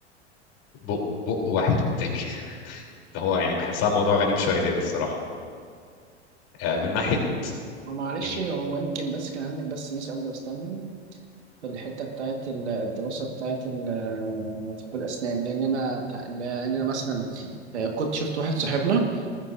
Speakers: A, on the left; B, on the right.
A: بق بق واحد قدامي <laughs> اللي هو يعني بحسها موضوع غريب شويتين الصراحة آه، من ناحية
B: هو معلش
A: يعني
B: هو يمكن بس كان عندك بس ميس اندرستاندينج في الحته بتاعت ال- الدراسه بتاعت ال- طب الاسنان لان انا لان انا مثلا كنت شفت واحد صاحبنا